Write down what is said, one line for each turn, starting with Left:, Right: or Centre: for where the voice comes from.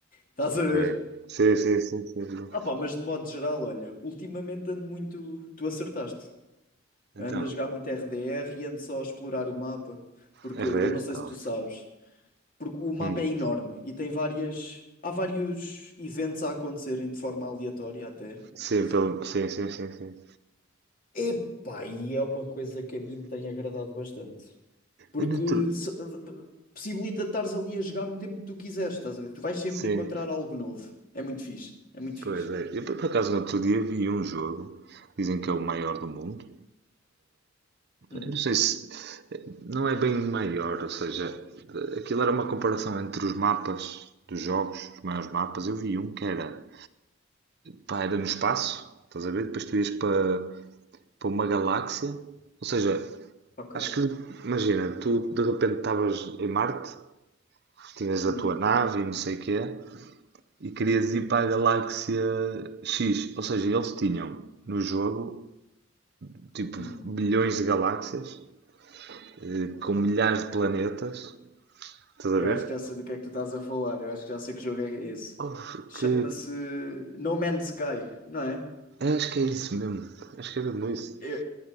Left: Estás a
Right: ok.
Left: ver?
Right: Sim, sim, sim, sim. sim.
Left: Ah, opá, mas de modo geral, olha, ultimamente ando muito. Tu acertaste.
Right: Então,
Left: Ando a jogar muito RDR e ando só a explorar o mapa, porque
Right: é rare?
Left: eu não sei
Right: Então.
Left: se tu sabes, porque o mapa
Right: Hum.
Left: é enorme e tem várias. Há vários eventos a acontecerem de forma aleatória até.
Right: Sim,
Left: Estás
Right: pelo...
Left: a ver?
Right: sim, sim, sim, sim.
Left: Epá, e é uma coisa que a mim me tem agradado bastante. Porque
Right: Eu no outro...
Left: se- possibilita estares ali a jogar o tempo que tu quiseres, estás a ver? Tu vais sempre
Right: Sim,
Left: encontrar algo novo. É muito fixe, é muito fixe.
Right: pois é. Eu por por acaso no outro dia vi um jogo, dizem que é o maior do mundo,
Left: Hum,
Right: Eu não sei se. Não é bem maior, ou seja, aquilo era uma comparação entre os mapas dos jogos, os maiores mapas. Eu vi um que era. Pá, era no espaço, estás a ver? Depois tu ias para, para uma galáxia. Ou seja,
Left: ok.
Right: acho que. Imagina, tu de repente estavas em Marte, tinhas
Left: Hum,
Right: a tua nave e não sei o que é e querias ir para a galáxia X. Ou seja, eles tinham no jogo, tipo,
Left: hum.
Right: bilhões de galáxias, eh, com milhares de planetas, estás
Left: Eu
Right: a ver?
Left: acho que já sei do que é que tu estás a falar. Eu acho que já sei que jogo é esse.
Right: Houve
Left: Chama-se
Right: que.
Left: No Man's Sky, não é?
Right: acho que é isso mesmo. Acho que é mesmo isso.
Left: Eu-